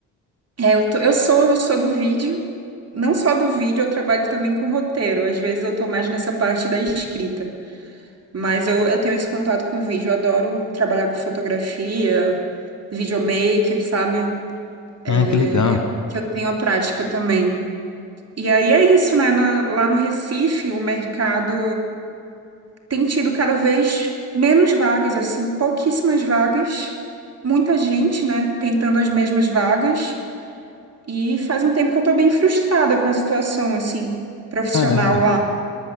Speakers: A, on the right; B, on the left.
A: É, eu, tô- eu sou, eu sou do vídeo. Não só do vídeo, eu trabalho também com roteiro. Às vezes eu tô mais nessa parte da escrita. Mas eu, eu tenho esse contato com vídeo. Eu adoro trabalhar com fotografia, videomaker, sabe?
B: Ah, que
A: É,
B: legal.
A: é que eu tenho a prática também. E aí é isso, né? Na- lá no Recife, o mercado. tem tido cada vez menos vagas, assim, pouquíssimas vagas, muita gente, né, tentando as mesmas vagas, e faz um tempo que eu tô bem frustrada com a situação, assim, profissional
B: Caramba.
A: lá.